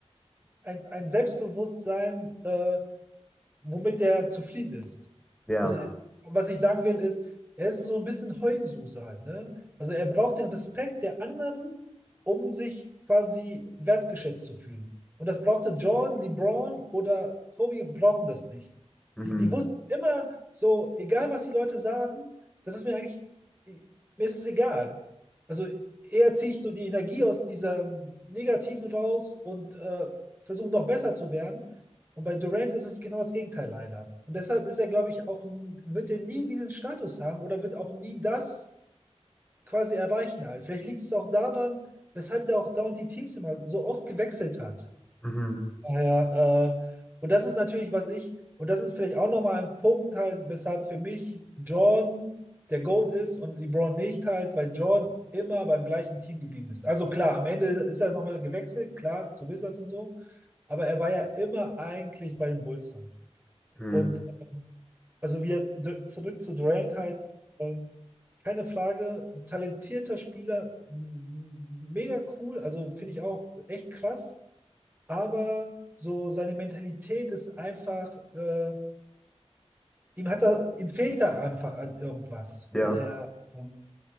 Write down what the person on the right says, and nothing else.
ein, ein Selbstbewusstsein, äh, womit der zufrieden ist.
Also, äh, was ich sagen will, ist, er ist so ein bisschen Heulsuse halt, ne? Also, er braucht den Respekt der anderen, um sich quasi wertgeschätzt zu fühlen. Und das brauchte Jordan, LeBron oder Kobe brauchen das nicht.
Die, die wussten immer so, egal was die Leute sagen, das ist mir eigentlich, mir ist es egal. Also eher ziehe ich so die Energie aus dieser Negativen raus und äh, versuche noch besser zu werden, und bei Durant ist es genau das Gegenteil leider. Und deshalb ist er, glaube ich, auch, wird er nie diesen Status haben oder wird auch nie das quasi erreichen halt. Vielleicht liegt es auch daran, weshalb er auch dauernd die Teams immer so oft gewechselt hat.
Daher, äh, und das ist natürlich, was ich, und das ist vielleicht auch nochmal ein Punkt halt, weshalb für mich Jordan der GOAT ist und LeBron nicht halt, weil Jordan immer beim gleichen Team geblieben ist. Also klar, am Ende ist er nochmal gewechselt, klar, zu Wizards und so, aber er war ja immer eigentlich bei den Bulls halt.
Und also wir d- zurück zu Durant halt, ähm, keine Frage, talentierter Spieler, m- mega cool, also finde ich auch echt krass, aber so seine Mentalität ist einfach, äh, ihm hat er ihm fehlt da einfach an irgendwas.
Naja, und